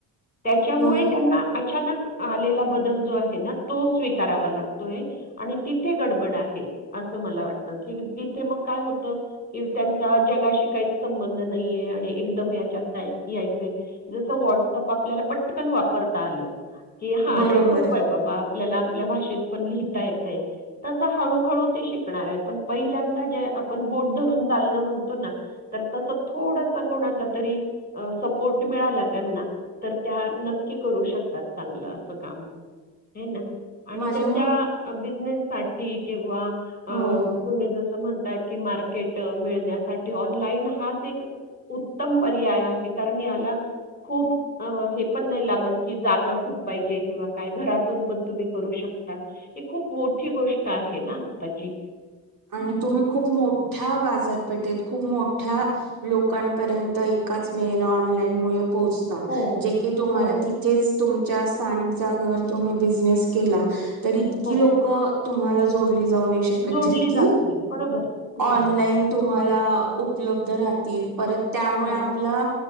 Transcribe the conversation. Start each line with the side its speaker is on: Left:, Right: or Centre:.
Left: त्याच्यामुळे
Right: ब
Left: त्यांना अचानक आलेला बदल जो आहे ना तो स्वीकारावा लागतोय आणि तिथे गडबड आहे अस मला वाटत की तिथे मग काय होत की त्यांचा जगाशी काहीच संबंध नाहीये आणि एकदम याच्यात जाय याय चय जस व्हॉट्सअँप आपल्याला पटकन वापरता आलं की हा
Right: बरोबर
Left: हे सोपं आहे बाबा आपल्याला आपल्या भाषेत पण लिहिता येतय तस हळू हळू ते शिकणार आहे पण पहिल्यांदा जे आपण बोट धरून चालन म्हणतो ना तर तसं थोडसं कोणाच्या तरी स पोट मिळाला त्यांना तर त्या नक्की करू शकतात चांगलं अस काम हे ना आणि
Right: माझ्या
Left: त्यांच्या बिजनेस साटी किंवा
Right: हो
Left: तुम्ही जस म्हणताय कि मार्केट मिळण्यासाठी ऑनलाईन हाच एक उत्तम पर्याय आहे कारण याला खूप हे पण नाही लागत की जागा खूप पाहिजे किंवा काय घरातून पण तुम्ही करू शक तात हे खूप मोठी गोष्ट आहे ना आताची
Right: आणि तुम्ही खूप मोठ्या बाजारपेठेत खूप मोठ्या लोकांपर्यंत एकाच वेळेला ऑनलाईन मूळे पोहचता
Left: हो,
Right: जे की तुम्हाला
Left: हो,
Right: तिचेच तुमच्या स्थान जागेवर तुम्ही बिझनेस केला तरी इतकी
Left: हो.
Right: लोक तुम्हाला जो डली जावू नाही शकतं
Left: जोडली
Right: जितकी
Left: जात नाही. बरोबर, बरोबर.
Right: ऑनलाईन तुम्हाला उपलब्ध राहतील परत त्यामुळे
Left: हो,
Right: आपलं